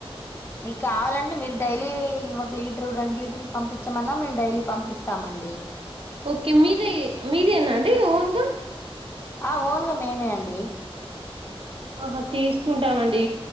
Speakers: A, on the left; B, on the right.
A: మీకు కావాలంటడి మీరు డైలీ ఒక లీటరు రెండు లీటర్ పంపించమన్నా మేము డైలీ పంపిస్తామండి
B: ఓకే మీరే మీదేనా అండి ఓన్ గా
A: ఆ ఓన్ గా మేమే అండి
B: ఆహ తీసుకుంటా మండి